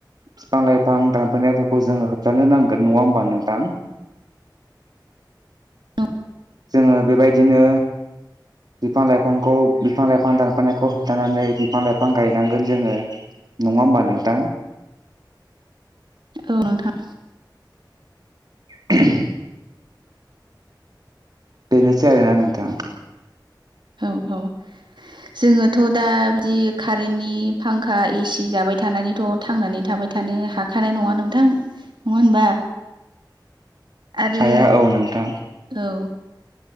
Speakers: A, on the right; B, on the right.
A: फिफां लाइफां दानफायनायफोरखौ जोंङो होबथानो नांगोन नङा होमबा नोंथां?
B: द <inaudible>
A: जोङो बेबायदिनो बिफां लाइफांखौ बिफां लाइफां दानफायनायखौ होबथानानै बिफां लाइफां गायनांगोन जोंङो नङा होमबा नोंथां?
B: औ नोंथां।
A: <inaudible> बेनोसै आरोना नोंथां।
B: औ औ जोङोथ' दा बिदि कारेन्टनि फां खा एसि जाबाय थानानैथ' थांनानै थाबाय थानो हाखानाय नङा नों थां नङा होनबा? आरो
A: हाया औ नोंथां
B: औ।